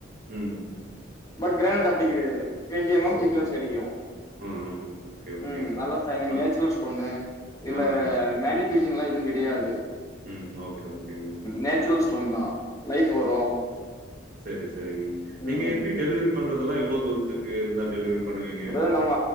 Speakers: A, on the right; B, on the left.
A: ம்
B: பட் க்ரானெட் அப்புடி கெடையாது ரெண்டு எம்
A: ஓ
B: எம் திக்னஸ் கெடைக்கு
A: ம் ம் ஓகே ஓகேங்க
B: ம் நல்ல சைனிங்
A: அப்-
B: நேச்சுரல் ஸ்டோனு இல்ல
A: ஆ
B: மேனிக் பினிஷிங்லா எதுவு கெடையாது
A: ம் ஓகே ஓகேங்க
B: நேச்சுரல் ஸ்டோன் தா லைஃப் வரு
A: செரி செரிங்க நீங்க
B: ம்.
A: எப்டி டெலிவரி பண்றதெல்லா எவ்ளோ தூரத்துக்கு இருந்தா டெலிவரி பண்ணுவீங்க?
B: பிரதர் நம்ம